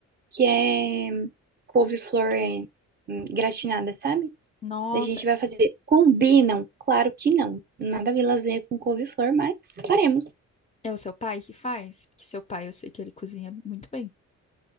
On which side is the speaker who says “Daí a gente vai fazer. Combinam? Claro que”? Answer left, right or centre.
Right